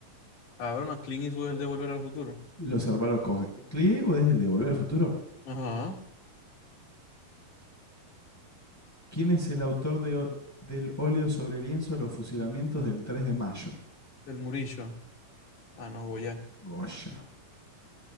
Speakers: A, on the left; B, in the centre.
A: A ver, más Clint Eastwood es el de Volver al Futuro.
B: Los hermanos coge. ¿Clint Eastwood es el de Volver al Futuro?
A: Ajá.
B: ¿Quién es el autor de, o- del óleo sobre lienzo Los fusilamientos del 3 de mayo?
A: El Murillo. Ah, no, Goya.
B: Goya.